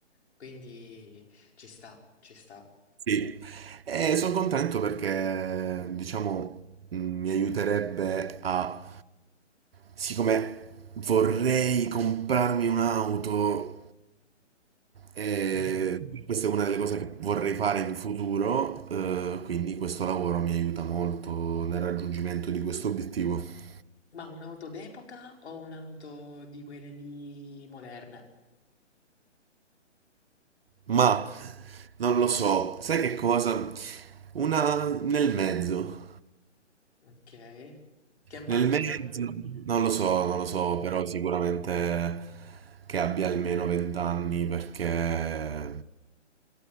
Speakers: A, on the left; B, on the right.
A: Quindi ci sta, ci sta.
B: Sì, e sono contento perché diciamo mh, mi aiuterebbe a, siccome vorrei comprarmi un'auto, e
A: Mm.
B: questa è una delle cose che vorrei fare in futuro, eh, quindi questo lavoro mi aiuta molto nel raggiungimento di questo obiettivo.
A: Ma un'auto d'epoca o un'auto di quelle lì moderne?
B: Ma non lo so, sai che cosa? Una nel mezzo.
A: Ok. Che macchina?
B: Nel mezzo, non lo so, non lo so, però sicuramente che abbia almeno 20 anni perché